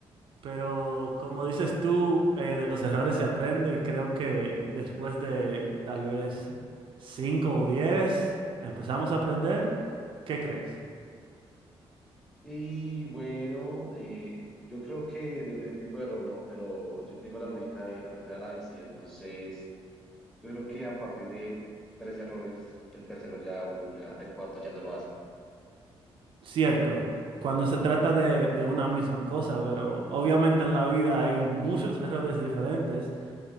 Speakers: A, on the right; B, in the centre.
A: Pero como dices tú, eh, de los errores se aprende y creo que después de tal vez 5 o 10 empezamos a aprender. ¿Qué crees?
B: Y bueno, eh, yo creo que depende del tipo de error, ¿no? Pero yo tengo la lógica de la tercera de la vencida, entonces... Yo creo que a partir de tres errores, el tercero ya uno ya, el cuarto ya no lo hace.
A: Cierto, cuando se trata de, de una misma cosa, pero obviamente en la vida hay muchos errores diferentes.